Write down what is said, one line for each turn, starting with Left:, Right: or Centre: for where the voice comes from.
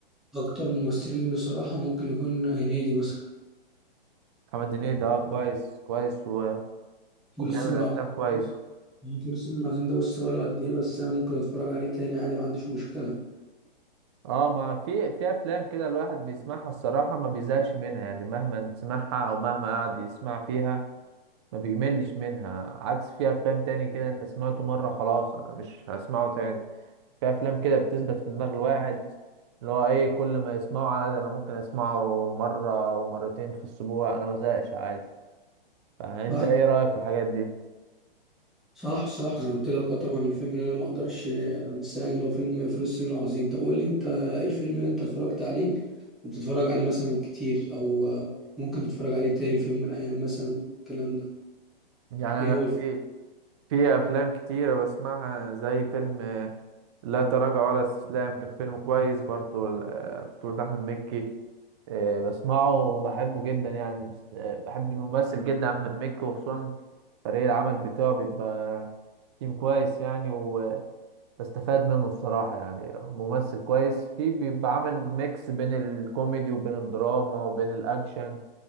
Centre: اكتر ممثلين بصراحه ممكن يكون هنيدي مثلا
Right: محمد هنيدي ده اه كويس كويس و...
Centre: فول
Right: وبيعمل
Centre: الصين العظيم
Right: افلام كويس
Centre: بص، فول الصين العظيم ده بص بقاله قد ايه بس انا ممكن اتفرج عليه تاني يعني ما عنديش مشكله
Right: اه ما في في افلام كده الواحد بيسمعها الصراحة ما بيزهقش منها يعني مهما تسمعها او مهما قعد يسمع فيها ما بيملش منها عكس في افلام تاني كده انت سمعته مرة خلاص انا مش هسمعه تاني في افلام كده بتثبت في دماغ الواحد اللي هو ايه كل ما يسمعه عادي انا ممكن اسمعه مره ومرتين في الاسبوع انا ما زهقش عادي فانت
Centre: واحد
Right: ايه رايك في الحاجات دي
Centre: صح صح انا قلت لك اه طبعا الفيلم اللي انا ما اقدرش انساه يعني اللي هو فيلم فول الصين العظيم طب قول لي انت ايه الفيلم اللي انت اتفرجت عليه وبتتفرج عليه مثلا كتير او آه، ممكن تتفرج عليه تاني في يوم من الايام مثلا الكلام ده
Right: يعني
Centre: ايه
Right: انا
Centre: هو الفيلم
Right: في في افلام كتيره بسمعها زي فيلم آه، لا تراجع ولا استسلام كان فيلم كويس برضو آه، بطولة احمد مكي إيه بسمعه وبحبه جدا يعني بس آه، بحب الممثل جدا احمد مكي وخصوصا فريق العمل بتاعه بيبقى تيم كويس يعني بستفاد منه الصراحة يعني ممثل كويس فيه بيبقى عامل ميكس بين الكوميدي وبين الدراما وبين الأكشن